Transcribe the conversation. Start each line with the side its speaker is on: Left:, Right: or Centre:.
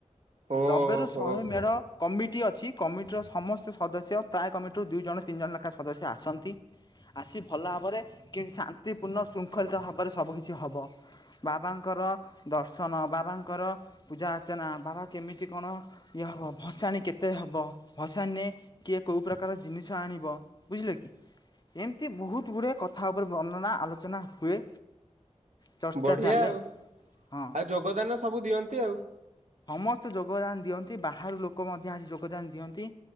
Right: ଓହୋ
Left: ଲବେରୁ ଶହେ ମେଢ଼ କମିଟି ଅଛି କମିଟିର ସମସ୍ତ ସଦସ୍ୟ ପ୍ରାୟ କମିଟିରୁ ଦୁଇ ଜଣ ତିନି ଜଣ ଲା ସଦସ୍ୟ ଆସନ୍ତି ଆସି ଭଲ ଭାବରେ କି ଶାନ୍ତିପୂର୍ଣ୍ଣ ଶୃଙ୍ଖଳିତ ଭାବରେ ସବୁ କିିଛି କିଛି ହବ ବାବାଙ୍କର ଦର୍ଶନ ବାବାଙ୍କର ପୂଜା ଅର୍ଚ୍ଚନା ବାବା କେମିତି କଣ ଇଏ ହବ, ଭସାଣି କେତେ ହେବ ଭସାଣି ରେ କିଏ କୋଉ ପ୍ରକାର ଜିନିଷ ଆଣିବ ବୁଝିଲେ କି? ଏମିତି ବହୁତ ଗୁଡ଼ିଏ କଥା ଉପରେ ବର୍ଣ୍ଣନା ଆଲୋଚନା ହୁଏ। ଚର୍ଚ୍ଚା
Right: ବଢିଆ
Left: ଚାଲେ
Right: ଆଉ
Left: ହଁ
Right: ଆଉ ଯୋଗଦାନ ସବୁ ଦିଅନ୍ତି ଆଉ।
Left: ସମସ୍ତେ ଯୋଗଦାନ ଦିଅନ୍ତି, ବାହାରୁ ଲୋକ ମଧ୍ୟ ଆସି ଯୋଗଦାନ ଦିଅନ୍ତି।